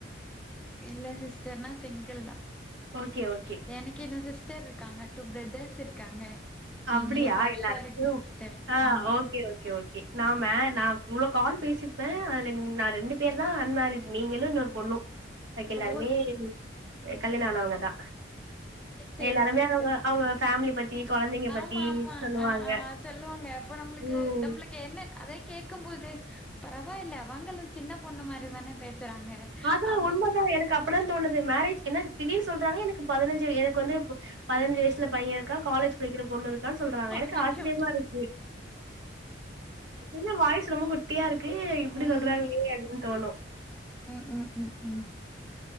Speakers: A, in the centre; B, on the right (about 70°).
A: இல்ல சிஸ்டர் நா சிங்கிள் தா
B: ஓகே ஓகே
A: எனக்கின்னு சிஸ்டர் இருக்காங்க டூ ப்ரெதர்ஸ் இருக்காங்க
B: அப்டியா
A: இனி வருஷோ
B: எல்லாருக்கு
A: இருக்கு சிஸ்டர்
B: ஆ
A: ஆமா
B: ஓகே ஓகே ஓகே நா மே நா இவ்ளோ கால் பேசிருப்பே அதுல நா ரெண்டு பேர்தா அன்மேரிட் நீங்களு இன்னொரு பொண்ணு பாக்கி எல்லாருமே
A: ஓ
B: அ கல்யாண ஆனவங்கதா
A: சேரி
B: எல்லாருமே
A: சிஸ்டர்
B: அவுங்க அவுங்க ஃபேமிலி பத்தி கொழந்தைங்க பத்தி
A: ஆமா ஆமா
B: சொல்லுவாங்க
A: அ அ அ சொல்லுவாங்க அப்ப நம்ப்ளுக்கு
B: ம்
A: நம்ளு க்கு என்ன அதை கேக்கும் போது பரவாயில்ல அவங்களு சின்ன பொண்ணு மாரி தான பேசுறாங்க
B: அதா
A: அப்டின்னு
B: உண்மதா எனக்கு அப்பன்னா தோணது மேரேஜ் என்ன திடீ சொல்றாங்க எனக்கு பதினஞ்சு எனக்கு வந்து இப்ப பதினஞ்சு வயசுல பையே இருக்கா காலேஜ் படிக்கிற பொண்ணு இருக்கான் சொல்றாங்க எனக்கு
A: ஐயயோ
B: ஆச்சரியமா இருக்கு என்ன வாய்ஸ் ரொம்ப குட்டியா இருக்கு இப்டி
A: ம்
B: சொல்றாங்களே அப்டினு தோணு
A: ம் ம் ம் ம்